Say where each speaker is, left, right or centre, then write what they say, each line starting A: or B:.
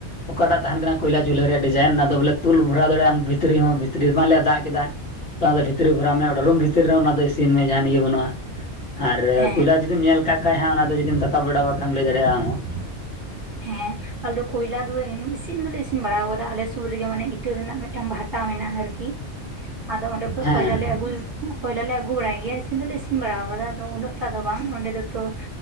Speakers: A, on the left; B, on the right.
A: ᱚᱠᱟᱴᱟᱜ ᱛᱟᱦᱮᱱ ᱠᱟᱱᱟ ᱠᱚᱭᱞᱟ ᱪᱩᱞᱦᱟᱹ ᱨᱮᱭᱟᱜ ᱰᱤᱡᱟᱭᱤᱱ ᱚᱱᱟ ᱫᱚ ᱵᱚᱞᱮ ᱛᱩᱞ ᱵᱷᱚᱨᱟᱣ ᱫᱟᱲᱮᱭᱟᱜ ᱟᱢ ᱵᱷᱤᱛᱨᱤ ᱦᱚᱸ ᱵᱷᱤᱛᱨᱤ ᱵᱟᱝᱞᱮ ᱫᱟᱜ ᱠᱮᱫᱟ ᱚᱱᱟᱫᱚ ᱵᱷᱤᱛᱨᱤ ᱨᱮ ᱵᱷᱚᱨᱟᱣ ᱢᱮ ᱚᱱᱟ ᱨᱩᱢ ᱵᱷᱤᱛᱨᱤ ᱨᱮᱦ ᱚᱱᱟ ᱫᱚ ᱤᱭᱟᱹ ᱢᱮ ᱡᱟᱦᱟᱱ ᱤᱭᱮ ᱵᱟᱹᱱᱩᱜᱼᱟ ᱟᱨ
B: ᱦᱮᱸ
A: ᱠᱚᱭᱞᱟ ᱡᱩᱫᱤᱢ ᱧᱮᱞ ᱠᱟᱜ ᱠᱷᱟᱡ ᱚᱱᱟ ᱫᱚ ᱡᱩᱫᱤᱢ ᱫᱟᱠᱟ ᱵᱟᱲᱟᱟᱣ ᱠᱟᱜ ᱠᱷᱟᱱᱢ ᱞᱟᱹᱭ ᱫᱟᱲᱮᱭᱟᱜᱼᱟ ᱦᱚᱸ
B: ᱦᱮᱸ ᱟᱫᱚ ᱠᱚᱭᱞᱟ ᱫᱚ ᱤᱥᱤᱱ ᱫᱚᱞᱮ ᱤᱥᱤᱱ ᱵᱟᱲᱟ ᱟᱠᱟᱫᱟ ᱟᱞᱮ ᱥᱩᱨ ᱨᱮᱜᱮ ᱢᱟᱱᱮ ᱤᱴᱟᱹ ᱨᱮᱱᱟᱜ ᱢᱤᱫᱴᱟᱝ ᱵᱷᱟᱴᱟ ᱢᱮᱱᱟᱜᱼᱟ ᱟᱨᱠᱤ ᱟᱫᱚ ᱚᱸᱰᱮ ᱠᱷᱚᱡ
A: ᱦᱮᱸ
B: ᱠᱚᱭᱞᱟ ᱞᱮᱩ ᱠᱚᱭᱞᱟ ᱞᱮ ᱟᱹᱜᱩ ᱵᱟᱲᱟᱭ ᱜᱮᱭᱟ ᱤᱥᱤᱱ ᱫᱚᱞᱮ ᱤᱥᱤᱱ ᱤᱥᱤᱱ ᱵᱟᱲᱟ ᱟᱠᱟᱫᱟ ᱟᱫᱚ ᱩᱱᱟᱹᱜ ᱴᱟᱜ ᱫᱚ ᱵᱟᱝ ᱚᱸᱰᱮ ᱫᱚᱛᱚᱸ